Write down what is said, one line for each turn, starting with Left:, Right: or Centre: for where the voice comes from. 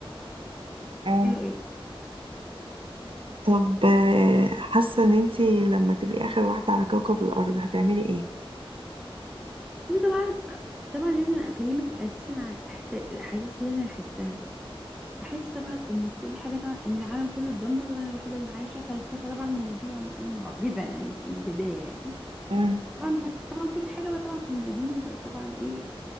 Right: آه.
Centre: ايه رأيك
Right: طب آه، حاسة ان انتي لما تبقي اخر واحدة على كوكب الارض هتعملي ايه؟
Centre: بصي طبعا طبعا لازم اكلمك اساسا على الإحسا- الاحاسيس اللي انا هحسها احس طبعا ان كل حاجة طبعا ان العالم كله اتدمر وانا الوحيدة اللي عايشة فشايفة طبعا ان دي يعني ايه معجزة يعني من البداية يعني
Right: مم.
Centre: طبعا بس طبعا كل حاجة بقى طبعا في المدينة بقت طبعا ايه